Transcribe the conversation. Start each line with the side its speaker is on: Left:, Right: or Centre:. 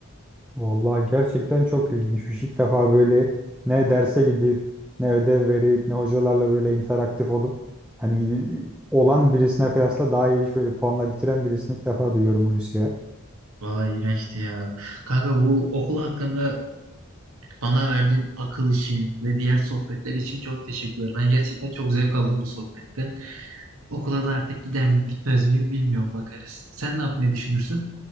Centre: Vallahi gerçekten çok ilginçmiş. İlk defa böyle ne derse gidip ne ödev verip ne hocalarla böyle interaktif olup hani olan birisine kıyasla daha iyi şöyle puanla bitiren birisini ilk defa duyuyorum Hulusi ya.
Right: Vallahi iğrençti ya. Kanka bu okul hakkında Bana verdiğin akıl için ve diğer sohbetler için çok teşekkürler. Ben gerçekten çok zevk aldım bu sohbetten. Okula da artık gider miyim, gitmez miyim bilmiyorum bakarız. Sen ne yapmayı düşünürsün?